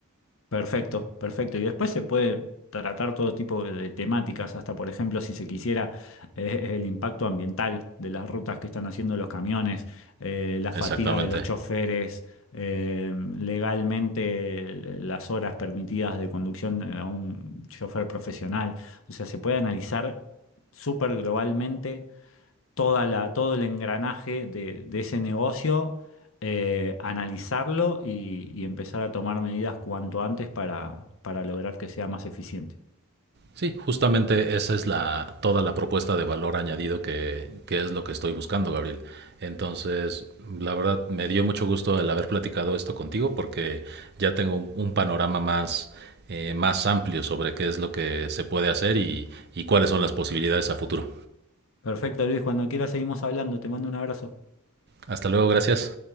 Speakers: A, on the left; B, on the right.
A: Perfecto, perfecto. Y después se puede tratar todo tipo de, de temáticas, hasta por ejemplo, si se quisiera, eh, eh, el impacto ambiental de las rutas que están haciendo los camiones, eh, la fatiga
B: Exactamente.
A: de los choferes, eh, legalmente eh, las horas permitidas de conducción a un chofer profesional. O sea, se puede analizar súper globalmente toda la, todo el engranaje de, de ese negocio, eh, analizarlo y, y empezar a tomar medidas cuanto antes para, para lograr que sea más eficiente.
B: Sí, justamente esa es la, toda la propuesta de valor añadido que, que es lo que estoy buscando, Gabriel. Entonces, la verdad, me dio mucho gusto el haber platicado esto contigo porque ya tengo un, un panorama más, eh, más amplio sobre qué es lo que se puede hacer y, y cuáles son las posibilidades a futuro.
A: Perfecto, Luis, cuando quieras seguimos hablando. Te mando un abrazo.
B: Hasta luego, gracias.